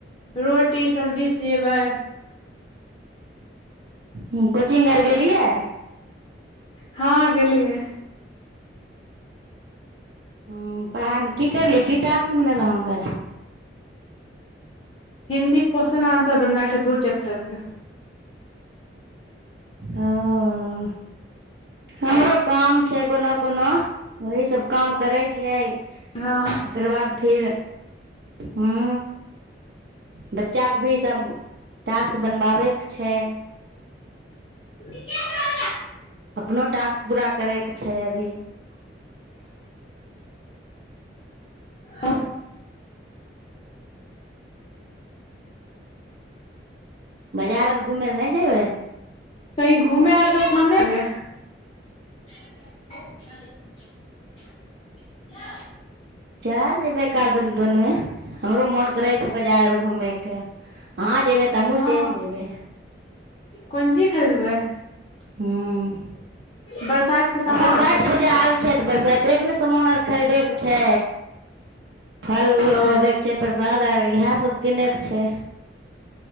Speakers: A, on the left; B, on the right.
A: रोटी सब्जी सेबै
B: हूँ कोचिंग आर गेलियै
A: हँ गेलियै
B: हूँ पढ़ाइमे की कैलियै की टास्क मिलल अहाँके आज
A: हिंन्दीके क्वेश्चन आन्सर बनेबाक छै दू चैप्टरके
B: ह ओ हमरो काम छै कोनो कोनो वहीं सब काम करै छियै
A: हँ
B: ओकर बाद फेर हूँ बच्चाकेँ भी सभ टास्क बनवाबयके छै
A: <inaudible>
B: अपनो टास्क पूरा करैके छै अभी
A: हँ
B: बाजार आर घूमय लए नहि जयबै
A: कहीं घूमे आर के <inaudible>
B: चलि जेयबै एकाद दुनमे हमरो मोन कर रहै छै बाजार आर घूमयके आहाँ जेबै त हमहूँ
A: हँ
B: चलि जेबै
A: कोन चीज खरीदबै
B: हूँ
A: बरसात के सामान
B: आ बरसाइत पूजा आयल छै तऽ बरसाइते ने सामान आर खरीदेके छै फल उल
A: ओ
B: खरिदयके छै प्रसाद आर इएहसभ किनयके छै